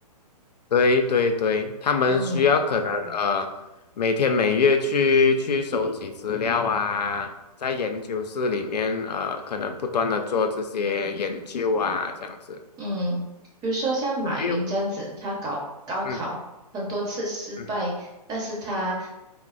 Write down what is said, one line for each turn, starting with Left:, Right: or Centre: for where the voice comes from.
Left: 对对对，他们需要可能呃每天每月去去收集资料啊，
Right: 嗯。
Left: 在研究室里面呃可能不断的做这些研究啊，这样子。
Right: 嗯，比如说像马云这样子，
Left: 没有，
Right: 他搞高考很多次失败，
Left: 嗯嗯，
Right: 但是他